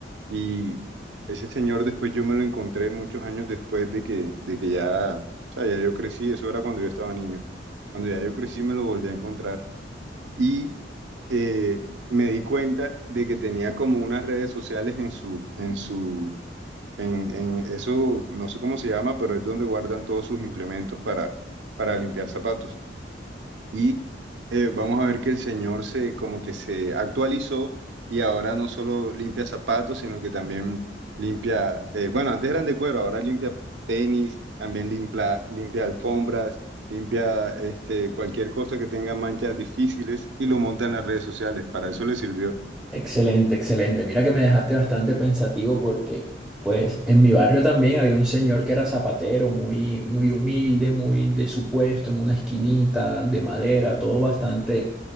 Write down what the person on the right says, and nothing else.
y ese señor después yo me lo encontré muchos años después de que, de que ya, o sea, ya yo crecí, eso era cuando yo estaba niño. Cuando ya yo crecí me lo volví a encontrar y eh, me di cuenta de que tenía como unas redes sociales en su, en su, en, en eso, no sé cómo se llama, pero es donde guardan todos sus implementos para, para limpiar zapatos. Y eh, vamos a ver que el Señor se como que se actualizó y ahora no solo limpia zapatos, sino que también limpia, eh, bueno, antes eran de cuero, ahora limpia tenis, también limpia, limpia alfombras, limpia este, cualquier cosa que tenga manchas difíciles y lo monta en las redes sociales. Para eso le sirvió.